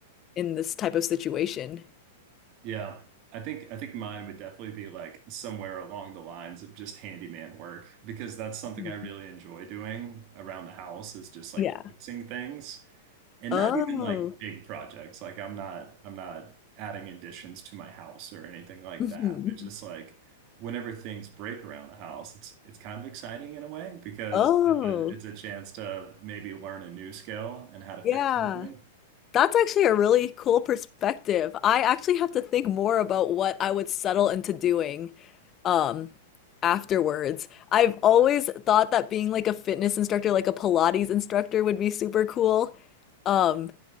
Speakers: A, on the left; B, on the right.
A: in this type of situation.
B: Yeah. I think I think mine would definitely be like somewhere along the lines of just handyman work because that's something
A: Mhm.
B: I really enjoy doing around the house is just like
A: Yeah.
B: fixing things and
A: Oh.
B: not even like big projects. Like I'm not I'm not adding additions to my house or anything like
A: Mhm.
B: that, but just
A: <laughs>
B: like whenever things break around the house, it's it's kind of exciting in a way because
A: Oh.
B: it- it's a chance to maybe learn a new skill and how to
A: Yeah.
B: fix something.
A: That's actually a really cool perspective. I actually have to think more about what I would settle into doing um afterwards. I've always thought that being like a fitness instructor, like a Pilates instructor would be super cool. Um